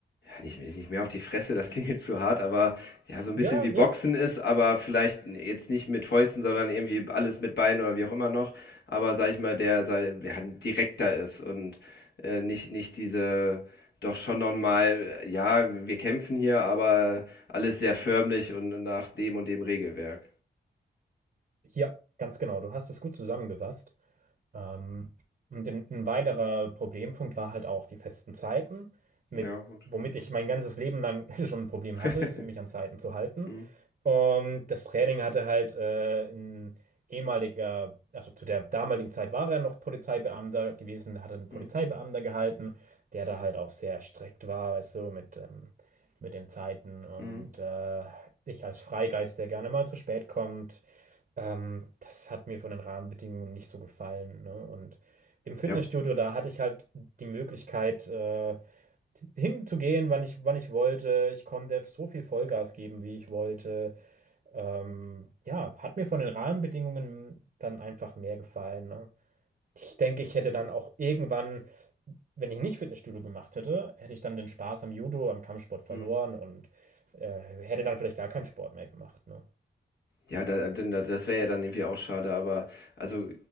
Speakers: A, on the left; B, on the right.
A: Nicht, nicht mehr auf die Fresse, das klingt jetzt zu hart, aber ja, so ein
B: ja,
A: bisschen wie Boxen
B: ja,
A: ist, aber vielleicht jetzt nicht mit Fäusten, sondern irgendwie alles mit Beinen oder wie auch immer noch. Aber sag ich mal, der, sei- ja, direkter ist und äh, nicht, nicht diese, doch schon nochmal, ja, wir kämpfen hier, aber alles sehr förmlich und nach dem und dem Regelwerk.
B: ja, ganz genau. Du hast es gut zusammengefasst. Ähm, und ein, ein weiterer Problempunkt war halt auch die festen Zeiten, mit,
A: Ja, gut.
B: womit
A: Hm.
B: ich mein ganzes Leben lang <laughs> schon ein Problem
A: <laughs>
B: hatte, mich an Zeiten zu halten.
A: Hm,
B: Und das Training hatte halt äh, ein ehemaliger, also zu der damaligen Zeit war er noch Polizeibeamter gewesen, hatte einen Polizeibeamter
A: hm,
B: gehalten, der da halt auch sehr strikt war, weißt du, mit, ähm, mit den Zeiten. Und
A: hm.
B: äh, ich als Freigeist, der gerne mal zu spät kommt, ähm, das hat mir von den Rahmenbedingungen nicht so gefallen, ne? Und im Fitnessstudio,
A: Ja,
B: da hatte ich halt die Möglichkeit, äh, hinzugehen, wann ich, wann ich wollte. Ich konnte so viel Vollgas geben, wie ich wollte. Ähm, ja, hat mir von den Rahmenbedingungen dann einfach mehr gefallen, ne? Ich denke, ich hätte dann auch irgendwann, wenn ich nicht Fitnessstudio gemacht hätte, hätte ich dann den Spaß am Judo, am Kampfsport verloren
A: hm.
B: und äh, hätte dann vielleicht gar keinen Sport mehr gemacht, ne?
A: Ja, da, denn da- das wäre ja dann irgendwie auch schade, aber also